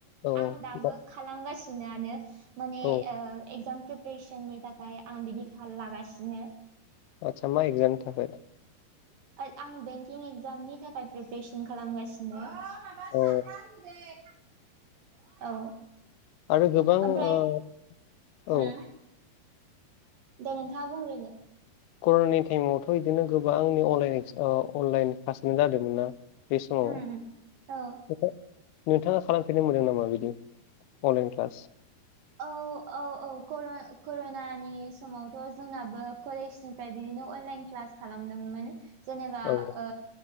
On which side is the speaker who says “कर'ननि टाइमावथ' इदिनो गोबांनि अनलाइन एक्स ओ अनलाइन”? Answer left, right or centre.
Left